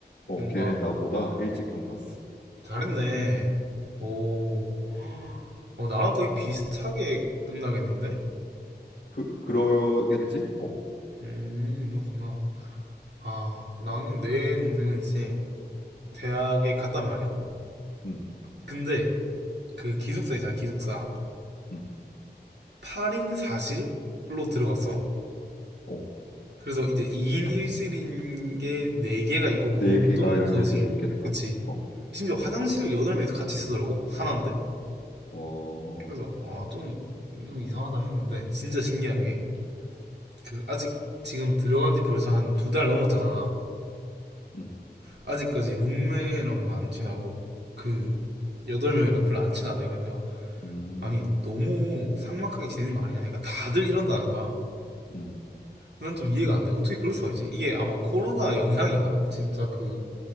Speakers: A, on the left; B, on the right.
A: 어,
B: 뭔가,
A: 걔는 나보다 일찍 좀 갔어.
B: 잘했네. 오,
A: 음,
B: 어, 나랑 거의 비슷하게 끝나겠는데?
A: 그 그러겠지? 어,
B: 음, 그렇구나. 아, 나는 내 동생은 이제 대학에 갔단 말이야.
A: 음,
B: 근데 그 기숙사 있잖아, 기숙사.
A: 음, 음.
B: 8인 4실로 들어갔어.
A: 어,
B: 그래서 이제 2인 1실인 게 4개가 있고
A: 네
B: 공동
A: 개가 연결되어
B: 거실.
A: 있겠다.
B: 그치?
A: 어,
B: 심지어 화장실을 8명이서 같이 쓰더라고? 하나인데?
A: 어,
B: 그래서 아, 좀, 좀 이상하다 했는데 진짜 신기한
A: 어,
B: 게 그 아직 지금 들어간 지 벌써 한 두 달 넘었잖아.
A: 음,
B: 아직까지 룸메랑도 안 친하고 그 8명이랑 별로 안 친하대. 근데
A: 음,
B: 아니 너무 삭막하게 지내는 거 아니냐 하니까 다들 이런다는 거야.
A: 음.
B: 난 좀 이해가 안 돼. 어떻게 그럴 수가 있지? 이게 아마 코로나 영향인가? 진짜 그